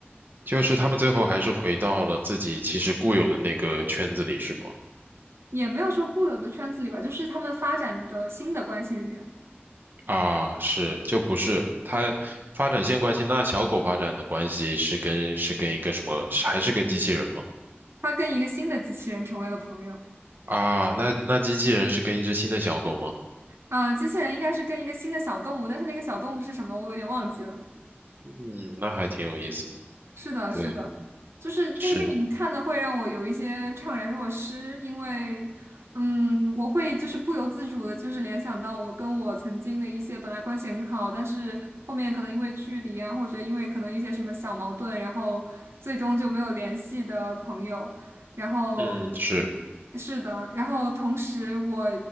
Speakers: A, on the right; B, on the right.
A: 就是他们最后还是回到了自己其实固有的那个圈子里，是吗？
B: 也没有说固有的圈子里吧，就是他们发展的新的关系里面，
A: 啊，是，就不是它发展线关系。那小狗发展的关系是跟是跟一个什么？是还是跟机器人吗？
B: 他跟一个新的机器人成为了朋友。
A: 啊，那那机器人是跟一只新的小狗吗？
B: 嗯、机器人应该是跟一个新的小动物，但是那个小动物是什么，我有点忘记了。
A: 嗯，那还挺有意思的，
B: 是的，
A: 对，
B: 是的，就是这个电影看的会让我有一些怅然若失，
A: 是，
B: 因为，嗯，我会就是不由自主的，就是联想到我跟我曾经的一些本来关系很好，但是后面可能因为距离啊，或者因为可能一些什么小矛盾，然后最终就没有联系的朋友。然后
A: 嗯，是，
B: 是的，然后同时我